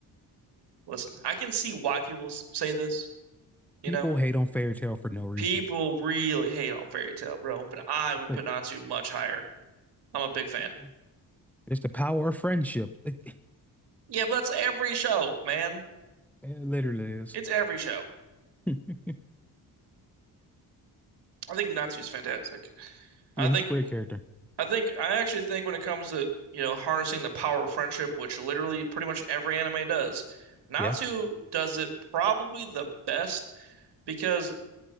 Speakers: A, on the right; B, in the centre.
A: listen. I can see why people say this. You
B: People
A: know,
B: hate on fairy tale for no reason.
A: people really hate on Fairy Tail, bro. But I would
B: It's Like,
A: put Natsu much higher. I'm a big
B: Like,
A: fan.
B: uh, it's the power of friendship. <laughs> It,
A: Yeah, but that's every show, man.
B: it literally is.
A: It's every show.
B: <laughs> yeah,
A: I think Natsu's fantastic. I
B: he's
A: think
B: a great character.
A: I think I actually think when it comes to, you know, harnessing the power of friendship, which literally pretty much every anime does, Natsu
B: Yeah.
A: does it probably the best because